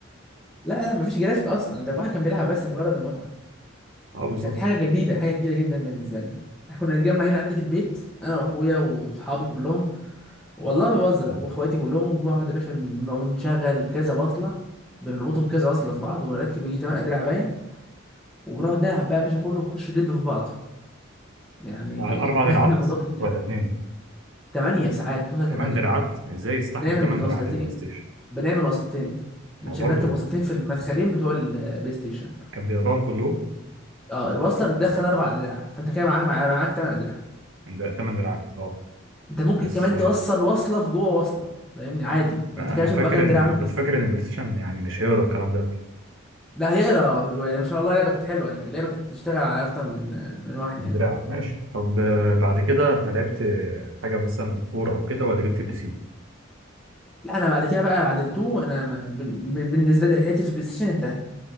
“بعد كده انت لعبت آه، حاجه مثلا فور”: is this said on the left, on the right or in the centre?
Right